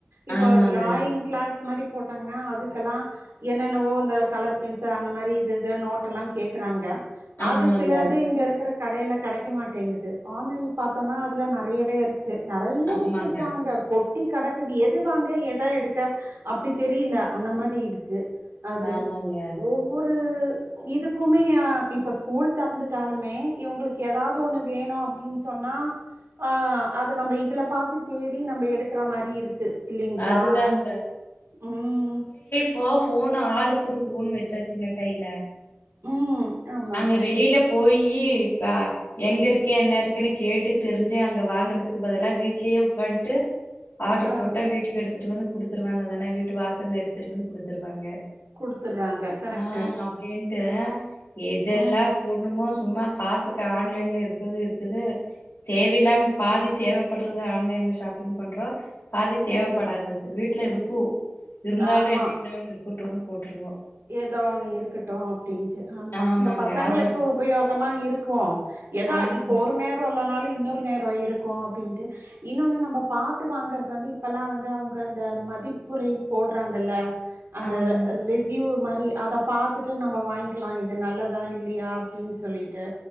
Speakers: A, on the right; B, on the left.
A: இப்போ
B: ஆமாங்க
A: டிராயிங் கிளாஸ் மாரி போட்டாங்ன்னா அதுக்கெல்லா என்னென்னவோ அந்த கலர் பென்சில் அந்த மாரி இது இது நோட் எல்லா கேக்கறாங்க அது
B: ஆமாங்க
A: சிலது இங்க இருக்கற கடையில கெடைக்க மாட்டேங்குது ஆன்லைன்ல பாத்தோன்னா அதுல நெறையவே இருக்கு நெறைய
B: ஆமாங்க
A: வச்சிருக்காங்க கொட் டி கடக்குது எது வாங்க எத எடுக்க அப்டி தெரியில அந்த மாரி இருக்கு அது
B: ஆமாங்க
A: ஒவ் ஒரு இதுக்குமே ஆ இப்ப ஸ்கூல் திறந்துட்டாலுமே இவுங்களுக் ஏதாவுது ஒண்ணு வேணு அப்டின்னு சொன்னா ஆ அத நம்ம இதுல பாத்து தேடி நம்ப எடுக்கற மாரி இருக்கு இல்லிங்களா
B: அதுதாங்க
A: ம்
B: இப்ப ஃபோன் ஆளுக்கு ஒரு ஃபோன் வச்சாச்சுங்க கையில
A: ம் ஆமா
B: அங்க வெளியில போயி <unintelligible> எங்க இருக்கே என்ன இருக்குன்னு கேட்டு தெரிஞ்சு அங்க வாங்குறதுக்கு பதிலா வீட்லேயே உக்கான்ட்டு ஆர்டர்
A: ஆ
B: போட்டா வீட்டுக்கு எடுத்துட்டு வந்து குடுத்துருவாங்க தானே வீட்டு வாசலல்ல எடுத்துட்டு வந்து குடுத்துருவாங்க
A: குடுத்துடுறாங்க கரெக்ட்டு
B: ஆ அப்படின்ட்டு எதெல்லா
A: ம்
B: போட்ணுமோ சும்மா காசுக்கு ஆன்லைன்ல இருக்கிறது இருக்குது தேவைலாம் பாதி தேவைப்படுறது ஆன்லைன்ல ஷாப்பிங் பண்றோம் பாதி தேவைப்படாதது
A: ம்
B: வீட்டுல இருக்கும் இருந்தாலும்
A: ஆமா
B: என்ன இன்னொன்னு இருக்கட்டும்ன்னு போட்டுருவோம்
A: ஏதோ ஒன்று இருக்கட்டும் அப்படின்ட்டு ஆமா
B: ஆமாங்க
A: இந்த பசங்களுக்கு
B: அது
A: உபயோகமா இருக்கும் ஏதா
B: ஆமாங்
A: இப்போ ஒரு நேர் ரோ இல்லனாலு இன்னொரு நேரோ இருக்கும் அப்படின்ட்டு இன்னொன்னு நம்ம பாத்து வாங்கறது வந்து இப்பல்லாம் வந்து அவங்க அந்த மதிப்புரை போடுறாங்கல்ல அந்த
B: ஆமாங்க
A: ர ரெட் கியூ மாதிரி அத பார்த்துட்டு நம்ம வாங்கிக்கலாம் இது நல்லதா இல்லையா அப்படின்னு சொல்லிட்டு